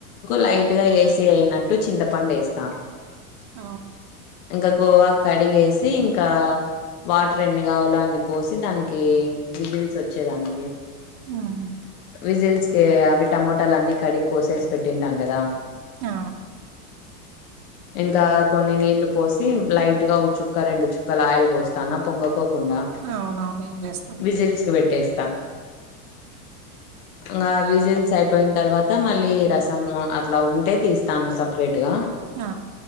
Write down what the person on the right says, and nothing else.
అ
ఆమ్
ఆ
అవునవును ఏం చేస్తాం
ఆ